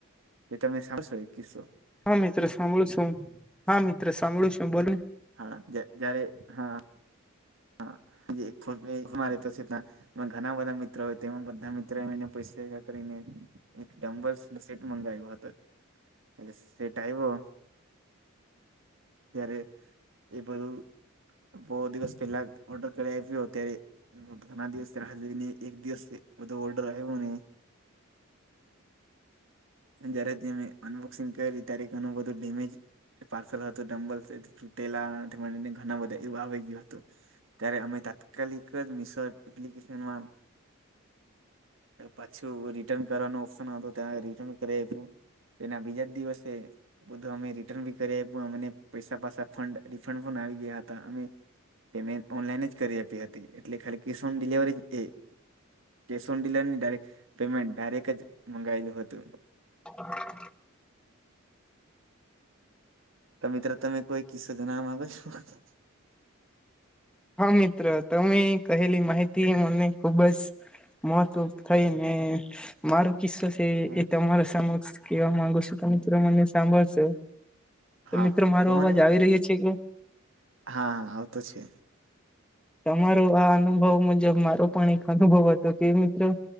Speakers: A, on the right; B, in the centre.
A: તમે સાંભશો એ કિસ્સો
B: હા મિત્ર સાંભળું સુ હા મિત્ર સાંભળું છું બોલને
A: હા. જ્યાં જયારે હા હા <unintelligible> ઘના બધા મિત્રો હોય તેમાં બધા મિત્રો એને પૈસા ભેગા કરીને એક ડમ્બલ્સનો સેટ મંગાવ્યો હતો એટલે સેટ આવ્યો ત્યારે એ બધું બો દિવસ પહેલા ઓર્ડર કરી આવ્યો અત્યારે ઘણા દિવસ રાહ જોઈને એક દિવસ બધો ઓર્ડર આવ્યો ને જયારે અમે અનબોક્સિંગ કયરી ત્યારે ઘણું બધું ડેમેજ પાર્સલ હતું ડંમ્બલસેટ્સ તૂટેલા ઘણા બધા એવું આવી ગયું હતું ત્યારે અમે તાત્કાલિક જ મિશો એપ્લિકેશનમાં પાછું રિટર્ન કરવાનો ઓપ્શન હતો ત્યાં રિટર્ન કરે હતું. એના બીજા જ દિવસે બધું અમે રિટર્ન બી કરી અમને પૈસા પાસા રિફંડ પણ આવી ગયા હતા અમે પેમેન્ટ ઓનલાઈન જ કરી આપી હતી એટલે ખાલી કેશ ઓન ડિલવરી એ કે ઓનડીલેવરી ની ડક પેમેન્ટ ડાયરેક જ મંગાવેલું હતું.
B: <inaudible>
A: તો મિત્રો તમે કોઈ કિસ્સો જણાવા માંગો છો.
B: હા મિત્ર તમે કહેલી માહિતી મને ખુબ જ મહત્વ થઈ ને મારો કિસ્સો તે
A: હા
B: એ તમારા સમક્ષ કેવા માગુ છું તો મિત્રો તમે મને સાંભળશો. તો
A: હા
B: મિત્રો
A: હા
B: મારો
A: કહો
B: અવાજ
A: ને
B: આવી રહ્યો છે કે
A: હા આવતો છે.
B: તમારો આ અનુભવ મુજબ મારો પણ એક અનુભવ હતો કે મિત્રો